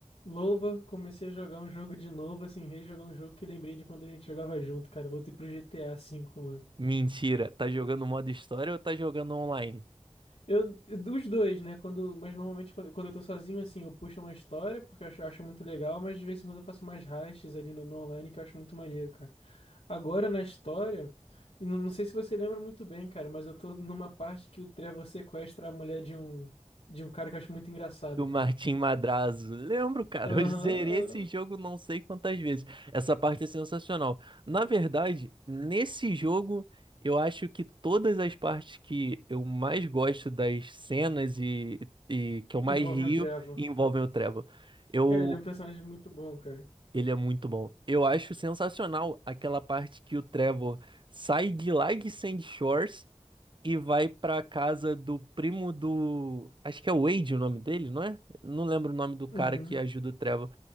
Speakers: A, on the left (about 75°); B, on the right (about 45°).
A: Louva, comecei a jogar um jogo de novo, assim, rejogar um jogo que lembrei de quando a gente jogava junto, cara. Voltei pro GTA V, mano.
B: Mentira, tá jogando modo história ou tá jogando online?
A: Eu, dos dois, né? Quando, mas normalmente quando, quando eu tô sozinho, assim, eu puxo uma história, porque eu acho, acho muito legal, mas de vez em quando eu faço mais heists ali no, no online, que eu acho muito maneiro, cara. Agora na história, e não, não sei se você lembra muito bem, cara, mas eu tô numa parte que o Trevor sequestra a mulher de um, de um cara que eu acho muito engraçado,
B: Do
A: cara.
B: Martim Madrazo. Lembro, cara,
A: Aham,
B: eu zerei
A: aham.
B: esse jogo não sei quantas vezes. Essa parte é sensacional. Na verdade, nesse jogo, eu acho que todas as partes que eu mais gosto das cenas e, e que eu mais
A: Envolve
B: rio
A: um Trevor.
B: envolvem o Trevor. Eu,
A: Cara, ele é um personagem muito bom, cara.
B: ele é muito bom. Eu acho sensacional aquela parte que o Trevor sai de lá de Sandy Shores e vai pra casa do primo do. Acho que é Wade o nome dele, não é? Não lembro o nome do cara
A: Uhum.
B: que ajuda o Trevor.